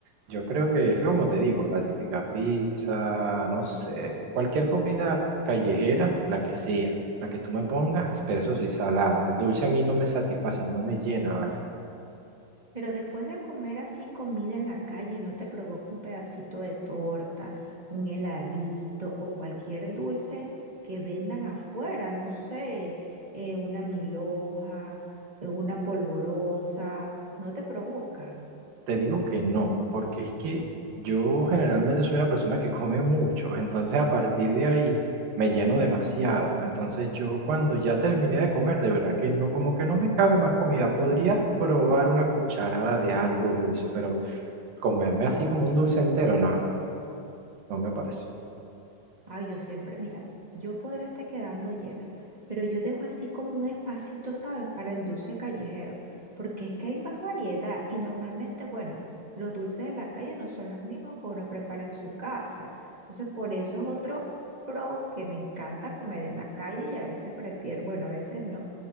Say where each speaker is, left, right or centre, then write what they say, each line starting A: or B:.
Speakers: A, on the right; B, on the right.
A: Yo creo que es como te digo, la típica pizza, no sé, cualquier comida callejera, la que sea, la que tú me pongas, pero eso sí, salada. El dulce a mí no me satisface, no me llena, ¿vale?
B: Pero después de comer así comida en la calle, ¿no te provoca un pedacito de torta, un heladito o cualquier dulce que vendan afuera? No sé, eh, una milhoja, eh, una polvorosa, ¿no te provoca?
A: Te digo que no, porque es que yo generalmente soy una persona que come mucho, entonces a partir de ahí me lleno demasiado. Entonces yo cuando ya terminé de comer, de verdad que no, como que no me cabe más comida. Podría probar una cucharada de algo dulce, pero comerme así como un dulce entero, no, no, no, no me parece.
B: Ay, yo siempre, mira, yo podré estar quedando llena, pero yo dejo así como un espacito, ¿sabes? Para el dulce callejero, porque es que hay más variedad y normalmente, bueno, los dulces de la calle no son los mismos que uno prepara en su casa. Entonces, por eso es otro pro que me encanta comer en la calle y a veces prefiero, bueno, a veces no.